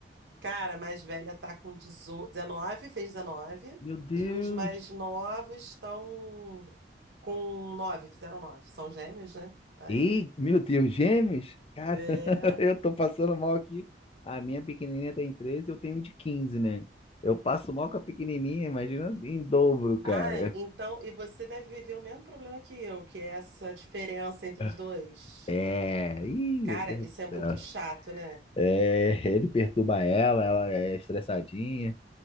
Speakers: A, on the right; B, on the left.
A: Cara, a mais velha tá com dezo, 19, fez 19.
B: Meu Deus!
A: E os mais novos estão com 9, fizeram 9. São gêmeos, né? Aí.
B: Ei, meu Deus, gêmeos? Cara,
A: É.
B: <laughs> eu tô passando mal aqui. A minha pequenininha tem 13, eu tenho um de 15, né? Eu passo mal com a pequenininha, imagina em dobro, cara.
A: Ah, então. E você deve viver o mesmo problema que eu, que é essa diferença entre
B: <laughs>
A: os dois.
B: É, ih,
A: Cara,
B: meu Deus
A: isso
B: do céu.
A: é muito chato, né?
B: É, ele perturba ela, ela é estressadinha.